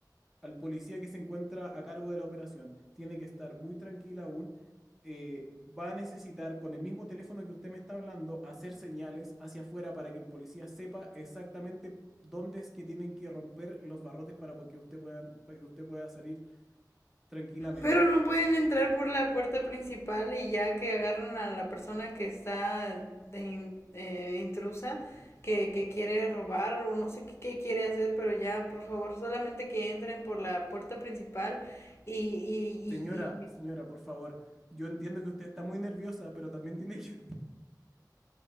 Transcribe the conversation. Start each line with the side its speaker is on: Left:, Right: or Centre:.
Centre: al policía que se encuentra a cargo de la operación. Tiene que estar muy tranquila aún. eh, va a necesitar, con el mismo teléfono que usted me está hablando, hacer señales hacia afuera para que el policía sepa exactamente dónde es que tienen que romper los barrotes para que usted pueda, para que usted pueda salir tranquilamente.
Left: Pero no pueden entrar por la puerta principal y ya que agarran a la persona que está de in- eh, intrusa, que, que quiere robar o no sé qué, qué quiere hacer, pero ya, por favor, solamente que entren por la puerta principal y, y,
Centre: Señora,
Left: y,
Centre: señora, por favor, yo entiendo que usted está muy nerviosa, pero también tiene que